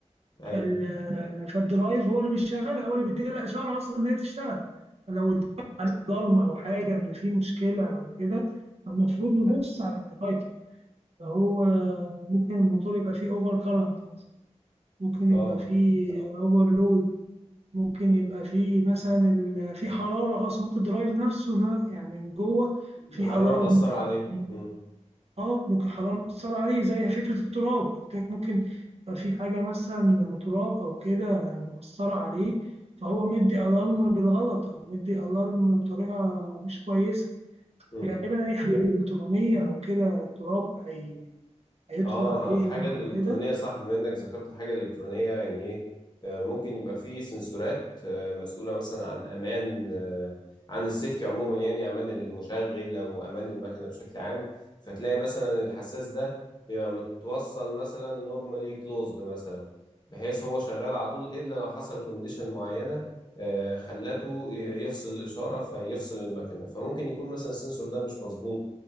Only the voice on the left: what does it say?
ايوه
اه
الحرارة
مأثرة عليه
مم.
مم.
اه
حاجة
الإلكترونية
صح بما إنك ذكرت حاجة إلكترونية يعني إيه آه، ممكن يبقى في سنسورات آه، مسؤولة مثلا عن أمان آه، عن السيفتي عموما يعني أمان المشغل أو أمان المكنة بشكل عام فتلاقي مثلا الحساس ده بيبقى متوصل مثلا نورمالي كلوزد مثلا بحيث هو شغال على طول إلا لو حصل كونديشن معينة آه، خلته ي- يفصل الإشارة فيفصل المكنة فممكن يكون مثلا السنسور ده مش مظبوط